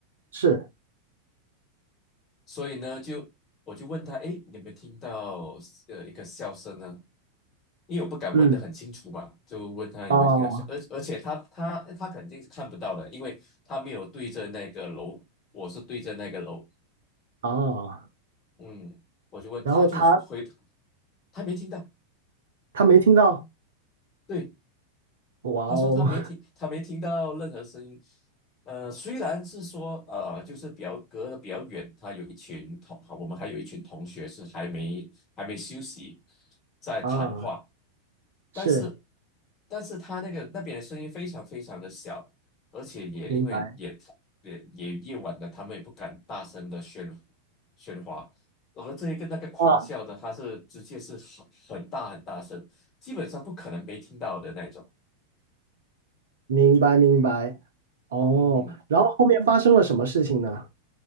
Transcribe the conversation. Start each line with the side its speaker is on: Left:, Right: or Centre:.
Right: 是
Left: 所以呢，就我就问他，诶，你有没有听到呃一个笑声呢？因为我不敢问得很清楚嘛，
Right: 嗯
Left: 就问他有没有听到声，
Right: 哦
Left: 而而且他他他肯定是看不到的，因为他没有对着那个楼，我是对着那个楼，
Right: 哦。
Left: 嗯，我就问他就回，
Right: 然后他
Left: 他没听到，
Right: 他没听到，
Left: 对，
Right: 哇哦
Left: 他说他没听，他没听到任何声音，呃，虽然是说呃就是比较隔得比较远，他有一群同，我们还有一群同学是还没还没休息在谈话。
Right: <laughs> 啊，
Left: 但是，
Right: 是
Left: 但是他那个那边的声音非常非常的小，而且也因为也也也夜晚的，
Right: 明白。
Left: 他们也不敢大声的喧喧哗。而这一个那个狂笑的，
Right: 啊。
Left: 他是直接是很很大很大声，基本上不可能没听到的那种。
Right: 明白明白哦，
Left: 嗯
Right: 然后后面发生了什么事情呢？